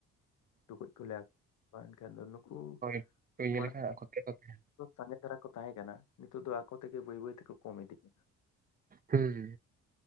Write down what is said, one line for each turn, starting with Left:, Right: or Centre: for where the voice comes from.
Left: ᱴᱩᱠᱩ ᱠᱚᱞᱮ ᱠᱷᱮᱱ ᱫᱚ ᱠᱚ
Right: ᱦᱮᱸ ᱦᱳᱭ ᱤᱭᱟᱹ
Left: ᱢᱟᱲᱟᱝ
Right: ᱞᱮᱠᱷᱟᱱ ᱟᱠᱚ ᱛᱮᱜᱮ ᱠᱚ ᱛᱟᱦᱮᱱᱟ
Left: ᱥᱟᱸᱜᱮ ᱫᱷᱟᱨᱟ ᱠᱚ ᱛᱟᱦᱮᱸ ᱠᱟᱱᱟ ᱱᱤᱛᱚᱜ ᱫᱚ ᱟᱠᱚ ᱛᱮᱜᱮ ᱵᱟᱹᱭ ᱵᱟᱹᱭ ᱛᱮᱠᱚ ᱠᱚᱢ ᱤᱫᱤᱜ ᱠᱟᱱᱟ᱾
Right: ᱦᱩᱸ